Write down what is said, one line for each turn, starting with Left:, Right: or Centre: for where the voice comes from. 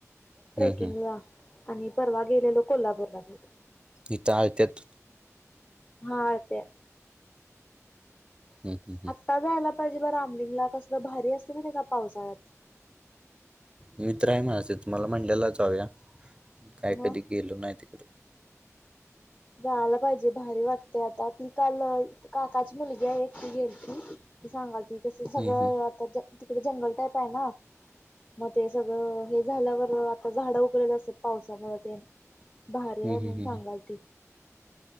Right: हम्म
Left: ट्रेकिंगला
Right: हम्म
Left: आणि परवा गेलेलो कोल्हापूरला गेलो.
Right: हित आळत्यात
Left: हा आळतिया.
Right: हम् हम् हम्.
Left: आता जायला पाहिजे ब रामलिंगला कसलं भारी असतय माहिताय का पावसाळ्यात.
Right: मित्र हाय माझा तिथ मला म्हंलेला जाऊया काय
Left: मग
Right: कधी गेलो नाय तिकडं.
Left: जायला पाहिजे भारी वाटतय आता ती काल काकाची मुलगी हाय एक ती गेलती ती सांगालती कस सगळं
Right: हम्म हम्म
Left: आता तिकडे जंगल टाईप हाय ना. मग ते सगळं हे झाल्यावर आता झाडं उगलेले असत पावसामुळे तेन. भारी
Right: हम्म
Left: आहे मग
Right: हम्म
Left: सांगाल ती